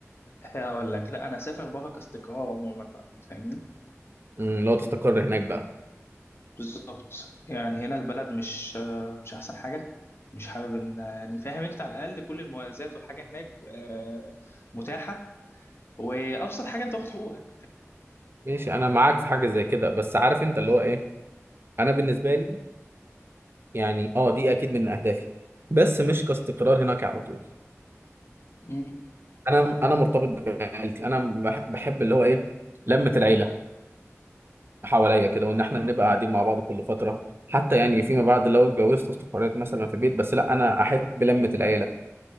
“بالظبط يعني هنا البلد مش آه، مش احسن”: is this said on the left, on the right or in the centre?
Left